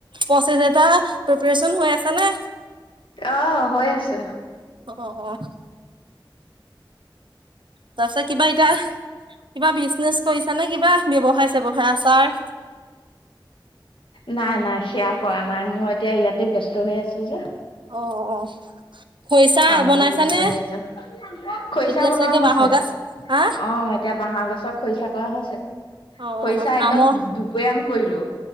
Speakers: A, on the right (about 70°); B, on the left (about 80°).
A: পঁচিছ এটা প্ৰিপৰেচন হৈ আছ নে
B: অ', হৈ আছে
A: অ', তাৰছত কিবা এটায়া কিবা বিজনেচ কৰিছা নে, কিবা ব্যৱসায় চ্ৱসায় আচাৰ
B: নাই, নাই, সেয়া কৰা নাই, মই এতিয়া ইয়াতে ব্যস্ত হৈ আছো যে
A: অ', খৰিচা
B: ফ্ৰামতো
A: বনাইছানে
B: ব্যস্ত হৈ আছে খৰিচা
A: এতিয়া
B: বনোৱা
A: চাগে
B: হৈছে,
A: বাঁহৰ গাজ হা
B: আহ এতিয়া বাহৰ গছৰ খৰিচা কৰা হৈছে
A: অ
B: খৰিচা একদম
A: আমৰ
B: দুবৈয়াম কৰিলো